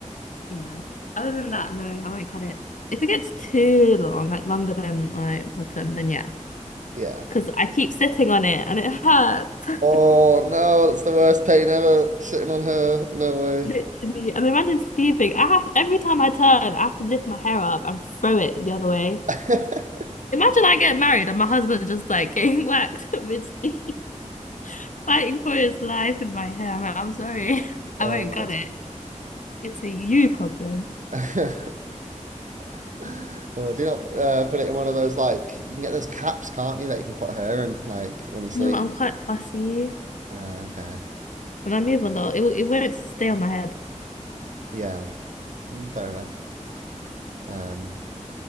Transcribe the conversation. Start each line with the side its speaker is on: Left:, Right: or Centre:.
Left: Yeah. Other than that, no, I won't cut it. If it gets too long, like longer than my bottom, then yeah,
Right: Yeah.
Left: because I keep sitting on it and it hurts.
Right: Oh
Left: <laughs>
Right: no, that's the worst pain ever, sitting on her. No way.
Left: Literally. And imagine sleeping. I have every time I turn, I have to lift my hair up and throw it the other way.
Right: <laughs>
Left: Imagine I get married and my husband just like getting <laughs> whacked mid-sleep, fighting for his life in my hair. I'm like, I'm sorry. <laughs>
Right: Oh,
Left: I won't cut
Right: that's
Left: it. It's a you problem.
Right: funny. <laughs> Oh, do you not uh, put it in one of those like you can get those caps, can't you, that you can put hair in like when you sleep?
Left: No, I'm quite fussy
Right: Uh, okay.
Left: and I move a lot. It, it won't stay on my head.
Right: Yeah. Mm, fair enough. Um,